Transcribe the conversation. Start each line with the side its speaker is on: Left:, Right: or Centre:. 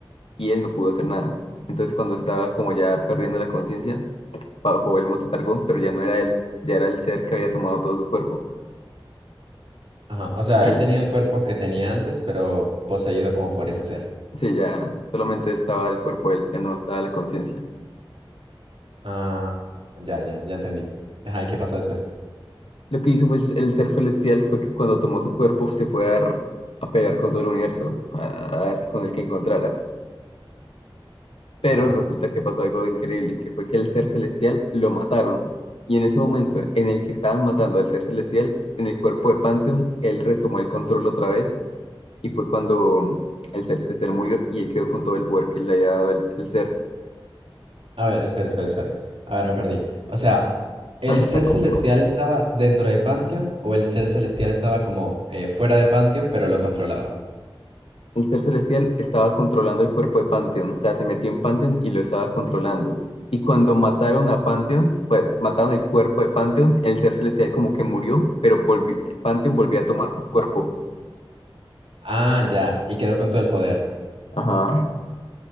Left: y él no pudo hacer nada. Entonces cuando estaba como ya perdiendo la conciencia, bajó el monte Targón, pero ya no era él, ya era el ser que había tomado todo su cuerpo.
Right: Ajá. O sea,
Left: Él,
Right: él tenía el cuerpo que tenía antes, pero poseído como por ese ser.
Left: sí, ya solamente estaba el cuerpo de él, ya no estaba la conciencia.
Right: Ah, ya, ya, ya entendí. Ajá, ¿y qué pasó después?
Left: Lo que hizo fue el, el ser celestial fue que cuando tomó su cuerpo se fue a, dar- a pelear con todo el universo, a, a darse con el que encontrara. Pero
Right: Ajá.
Left: resulta que pasó algo increíble, que fue que el ser celestial lo mataron. Y en ese momento en el que estaban matando al ser celestial, en el cuerpo de Pantheon, él retomó el control otra vez y fue cuando el ser celestial murió y él quedó con todo el poder que le había dado el, el ser.
Right: A ver, espere, espere, espere. A ver, me perdí. O sea, ¿el
Left: No, no
Right: ser
Left: es tan complejo.
Right: celestial estaba dentro de Pantheon o el ser celestial estaba como eh, fuera de Pantheon, pero lo controlaba?
Left: El ser celestial estaba controlando el cuerpo de Pantheon, o sea, se metió en Pantheon y lo estaba controlando. Y cuando mataron a Pantheon, pues mataron el cuerpo de Pantheon, el ser celestial como que murió, pero volvió, Pantheon volvió a tomar su cuerpo.
Right: Ah, ya, y quedó con todo el poder.
Left: Ajá.